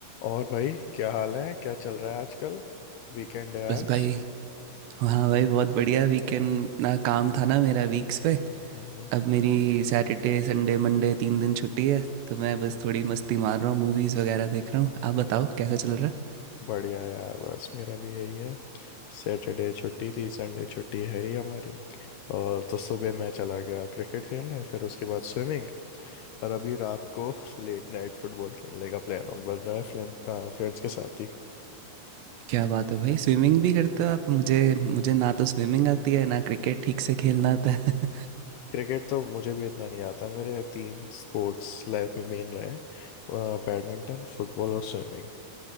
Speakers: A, on the left; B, on the right.
A: और भाई क्या हाल है क्या चल रहा है आजकल वीकेंड है
B: बस
A: आज
B: भाई हाँ भाई बहुत बढ़िया वीकेंड इतना काम था ना मेरा वीक्स पे
A: हम्म
B: अब मेरी सैटरडे संडे मंडे तीन दिन छुट्टी है तो मैं बस थोड़ी मस्ती मार रहा हूँ मूवीज़ वगैरह देख रहा हूँ आप बताओ कैसा चल रहा है?
A: बढ़िया है यार बस मेरा भी यही है सैटरडे छुट्टी थी संडे छुट्टी है ही हमारी और तो सुबह मैं चला गया क्रिकेट खेलने फिर उसके बाद स्विमिंग और अभी रात को <laughs> लेट नाइट फुटबॉल खेलने का प्लान ऑन बन रहा है फ्रेंड्स फ्रेंड्स के साथ ही
B: क्या बात है भाई स्विमिंग भी करते हो आप मुझे मुझे ना तो स्विमिंग आती है ना क्रिकेट ठीक से खेलना आता है <laughs>
A: क्रिकेट तो मुझे भी इतना नहीं आता मेरे तीन स्पोर्ट्स लाइफ में मेन रहे हैं बैडमिंटन फुटबॉल और स्विमिंग